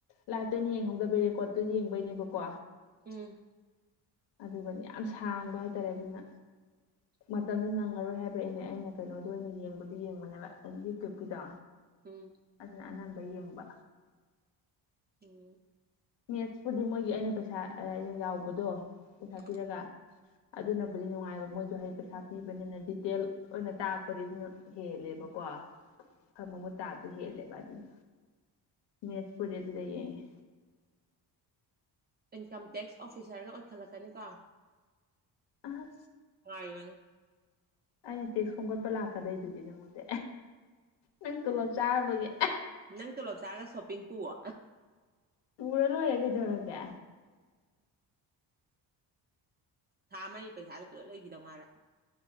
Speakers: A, on the left; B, on the right.
A: ꯂꯥꯏꯞꯇꯅ ꯌꯦꯡꯍꯧꯗꯕꯩ ꯔꯦꯀꯣꯠꯇꯨ ꯌꯦꯡꯕꯩꯅꯦꯕꯀꯣ
B: ꯎꯝ
A: ꯑꯗꯨꯒꯅꯤ ꯌꯥꯝ ꯁꯥꯡꯕ ꯍꯥꯏꯇꯥꯔꯦ ꯑꯗꯨꯅ
B: <inaudible>
A: ꯃꯇꯝꯗꯨꯣ ꯅꯪꯉꯔꯣꯏ ꯍꯥꯏꯕ ꯑꯩꯅꯦ ꯑꯩꯅ ꯀꯩꯅꯣꯗ ꯑꯣꯏꯅ ꯌꯦꯡꯕꯗꯨ ꯌꯦꯡꯕꯅꯦꯕ ꯑꯩ ꯌꯨꯇ꯭ꯌꯨꯨꯞꯀꯤꯗ
B: ꯎꯝ
A: ꯑꯗꯨꯅ ꯑꯅꯝꯕ ꯌꯦꯡꯕ
B: ꯎꯝ
A: ꯃꯦꯠꯁꯄꯨꯗꯤ ꯃꯣꯏꯒꯤ ꯑꯩꯅ ꯄꯩꯁꯥ ꯑꯩꯅ ꯌꯥꯎꯕꯗꯣ ꯄꯩꯁꯥ
B: ꯎꯝ
A: ꯄꯤꯔꯒ ꯑꯗꯨꯅꯕꯨꯗꯤ
B: ꯎꯝ
A: ꯅꯨꯡꯉꯥꯏꯑꯕ ꯃꯣꯏꯗꯣ ꯍ ꯄꯩꯁꯥ ꯄꯤꯕꯅꯤꯅ ꯗꯤꯇꯦꯜ ꯑꯣꯏꯅ ꯇꯥꯛꯔꯄꯗꯤ ꯑꯗꯨꯅ ꯍꯦꯜꯂꯦꯕꯀꯣ ꯈꯔ ꯃꯃꯨꯠ ꯇꯥ ꯍꯦꯜꯂꯦꯕ ꯑꯗꯨꯅꯤ ꯃꯦꯠꯁꯄꯨꯗꯤ ꯑꯗꯨꯗ ꯌꯦꯡꯉꯦ
B: ꯏꯟꯀꯝ ꯇꯦꯛꯁ ꯑꯣꯐꯤꯁꯥꯔꯒ ꯑꯣꯏꯈꯠꯂꯛꯀꯅꯤꯀꯣ
A: ꯑꯍ
B: ꯉꯥꯏꯕꯅꯤ
A: ꯑꯩꯅ ꯇꯦꯛꯁ ꯈꯣꯝꯒꯠꯄ ꯂꯥꯛꯀꯗꯩꯗꯨꯗꯤ ꯅꯪꯉꯣꯟꯗ ꯅꯪ ꯇꯣꯂꯞ ꯆꯥꯔꯕꯒꯤ
B: ꯅꯪ ꯇꯣꯂꯣꯞ ꯆꯥꯔꯒ ꯁꯣꯞꯄꯤꯡ ꯄꯨꯋꯣ
A: ꯄꯨꯔ ꯂꯣꯏꯔꯦ ꯀꯩꯗꯧꯔꯒꯦ
B: ꯊꯥ ꯃꯔꯤ ꯄꯩꯁꯥꯗꯨ ꯄꯨꯂꯞ ꯂꯩꯒꯤꯗꯧ ꯃꯥꯜꯂꯦ